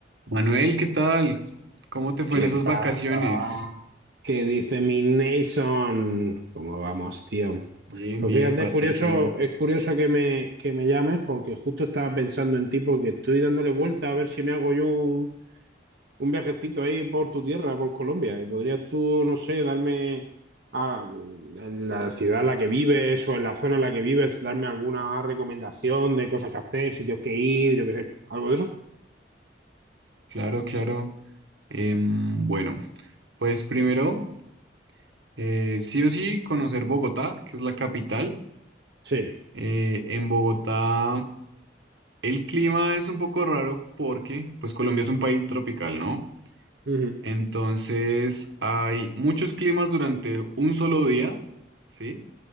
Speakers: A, on the right (about 80°); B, on the right (about 65°).
A: Manuel, ¿qué tal? ¿Cómo te fue
B: ¿Qué
A: en esas
B: pasa?
A: vacaciones?
B: ¿Qué dice mi Nason? ¿Cómo vamos, tío?
A: Bien,
B: Pues
A: bien,
B: fíjate,
A: bastante
B: es curioso,
A: bien.
B: es curioso que me, que me llames porque justo estaba pensando en ti porque estoy dándole vuelta a ver si me hago yo un, un viajecito ahí por tu tierra, por Colombia. Y podrías tú, no sé, darme a- en la ciudad en la que vives o en la zona en la que vives, darme alguna recomendación de cosas que hacer, sitios que ir, yo qué sé, algo de eso.
A: Claro, claro. Em, bueno, pues primero, eh, sí o sí, conocer Bogotá, que es la capital.
B: Sí.
A: Eh, en Bogotá el clima es un poco raro porque, pues Colombia es un país tropical, ¿no?
B: Ujú,
A: Entonces hay muchos climas durante un solo día, ¿sí?